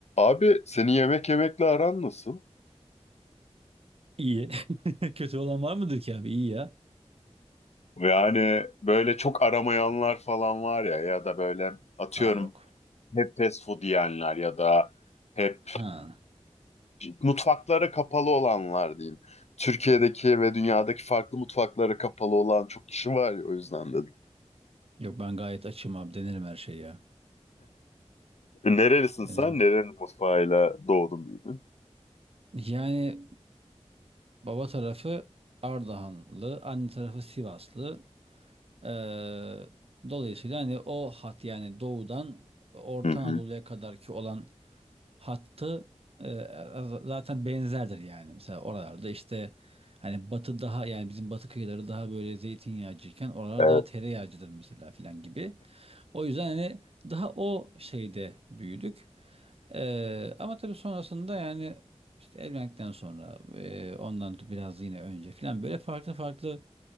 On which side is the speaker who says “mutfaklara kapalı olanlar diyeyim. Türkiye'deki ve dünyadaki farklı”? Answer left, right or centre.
Left